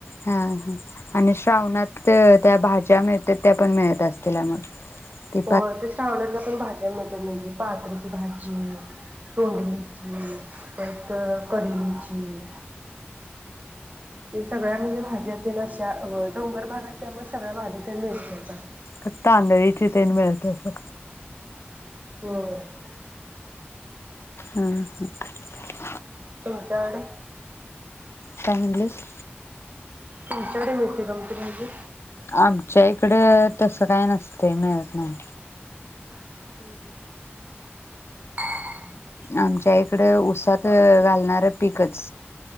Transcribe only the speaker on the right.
हो ते सावण्यात पण भाज्या मिळतात म्हणजे पात्रीची भाजी, तोंडलीची, परत कढलीची ते सगळ्यातं म्हणजे भाज्यात ते रश्या डोंगर भागात त्यामुळे सगळ्या भाज्या तेन मिळत्यात
होयं
तुमच्याकडं?
तुमच्याकडं मिळते कां म्हणलं
हम्म